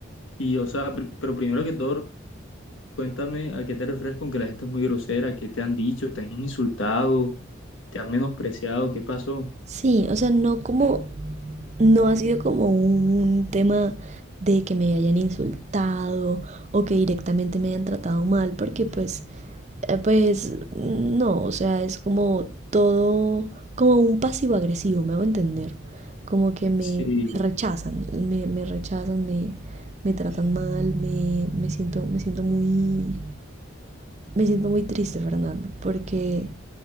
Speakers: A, on the left; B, on the right.
A: Y, o sea, pr- pero primero que todo, cuéntame a qué te refieres con que la gente es muy grosera, qué te han dicho, te han insultado, te han menospreciado, qué pasó.
B: Sí, o sea, no como No ha sido como un tema de que me hayan insultado o que directamente me hayan tratado mal, porque pues, eh, pues no, o sea, es como todo, como un pasivo agresivo, me hago entender. Como que me,
A: Sí.
B: me rechazan, me, me rechazan, me, me tratan mal, me, me siento, me siento muy, me siento muy triste, Fernando, porque